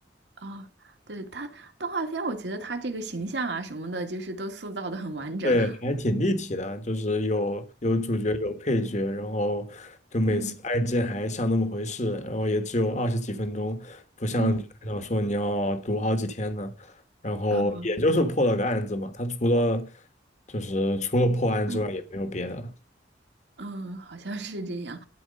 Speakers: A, on the right (about 75°); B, on the left (about 40°).
A: 哦，对，他动画片，我觉得他这个形象啊什么的，就是都塑造的很完整。
B: 对，
A: <laughs>
B: 还挺立体的，就是有有主角有配角，然后就每次案件还像那么回事，
A: 嗯
B: 然后也只有二十几分钟，不像纸质小说你要读好几天呢。
A: 嗯
B: 然后也就是破了个案子嘛，
A: 嗯
B: 他除了就是除了破案之外也没有别的。
A: 嗯嗯，好像是这样。